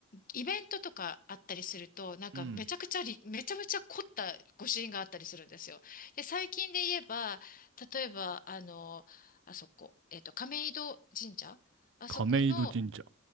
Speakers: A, on the left; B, on the right.
A: イベントとかあったりすると、なんかめちゃくちゃり、
B: うん。
A: めちゃめちゃ凝った御朱印があったりするんですよ。で、最近で言えば、例えば、あの、あそこ、えっと、亀戸神社あそこの、
B: 亀戸神社。